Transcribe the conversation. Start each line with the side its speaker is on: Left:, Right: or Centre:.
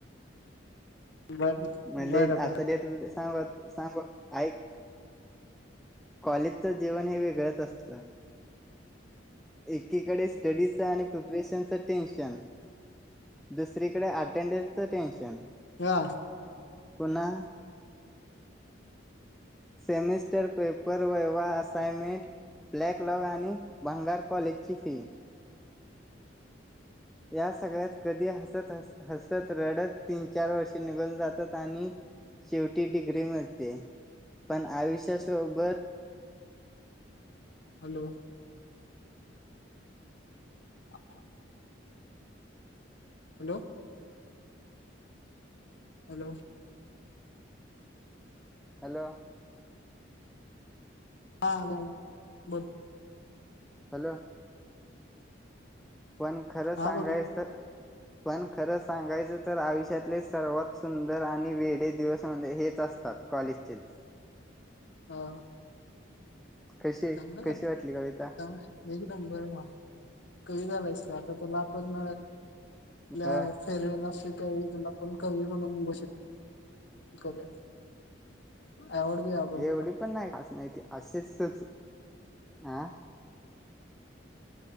Left: बर
Centre: मले
Left: बरं बरं
Centre: आता देत सांगु का सांगु ऐक. कॉलेजचं जीवन हे वेगळंच असतं. एकीकडे स्टडीचा आणि प्रिपरेशनच टेन्शन. दुसरीकडे अटेंडंसच टेन्शन.
Left: हा.
Centre: पुन्हा semester paper, viva, assignment black log आणि भंगार कॉलेजची फी
Left: ह
Centre: या सगळ्यात कधी हसत हस हसत, रडत तीन चार वर्षे निघून जातात आणि शेवटी डिग्री मिळते, पण आयुष्यासोबत
Left: हॅलो हा काय? Hello hello.
Centre: हॅलो
Left: हा झाल, बोल.
Centre: हॅलो पण खरं सांगायच
Left: हा बोल की
Centre: तर पण खरं सांगायचं तर आयुष्यातले सर्वात सुंदर आणि वेडे दिवस म्हणजे हेच असत त्यात कॉलेजचेच
Left: हा आ.
Centre: कशी
Left: काम काय
Centre: कशी
Left: करतात?
Centre: वाटली कविता
Left: एक नंबर भावा. कमी झालायस आता तुला आपण आप
Centre: ब
Left: फेरवेल तुला पण कवी म्हणून घोष करूया आवड देऊ आपण त्याला
Centre: एवढी पण नाहीस खास माहिती अशीचच अं